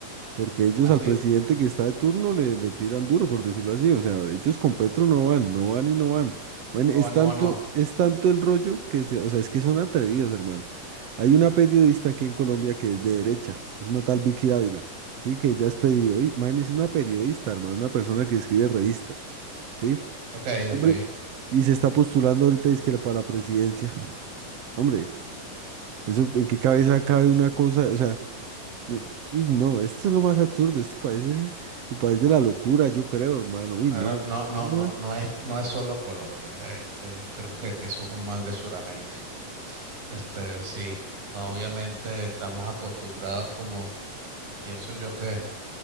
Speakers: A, on the right; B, on the right.
A: Porque ellos
B: así,
A: al presidente que está de turno le, le tiran duro, por decirlo así. O sea, ellos con Petro no van, no van y no van. Bueno,
B: no
A: es
B: va, no
A: tanto,
B: va, no.
A: es tanto el rollo que se, o sea, es que son atrevidos, hermano. Hay una periodista aquí en Colombia que es de derecha, es una tal Vicky Dávila, ¿sí? Que ella es periodista, imagínese una periodista, hermano, una persona que escribe revistas, ¿sí?
B: Ok,
A: Hombre,
B: ok.
A: y se está postulando ahorita, es que para la presidencia. Hombre, eso, ¿en qué cabeza cabe una cosa? O sea, no, sí, no, esto es lo más absurdo. Este país es el país de la locura, yo creo, hermano. Uy,
B: Ah,
A: no.
B: No,
A: qué
B: no,
A: locura.
B: no, no es, no es solo Colombia. Este, creo que, que eso es un mal de Sudamérica. Este, sí, obviamente estamos acostumbrados, como pienso yo que